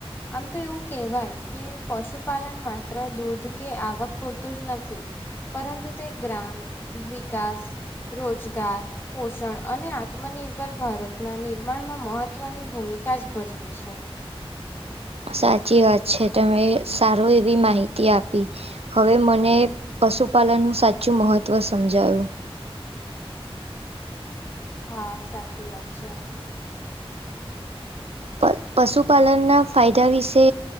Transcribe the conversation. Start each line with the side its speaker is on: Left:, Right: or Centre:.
Left: આમ તો એવું કેવાય કે પશુપાલન માત્ર દૂધ કે આવક પૂરતું જ નથી પરંતુ તે ગ્રામ વિકાસ રોજગાર પોષણ અને આત્મનિર્ભર ભારતના નિર્માણમાં મહત્વ મહવ ની ભૂમિકા જ ભજવે છે
Right: સાચી વાત છે તમે સારું એવી માહિતી આપી હવે મને પશુપાલનનું સાચું મહત્ત્વ સમજાયું
Left: હા સાચી વાત છે
Right: પ પશુપાલનના ફાયદા વિશે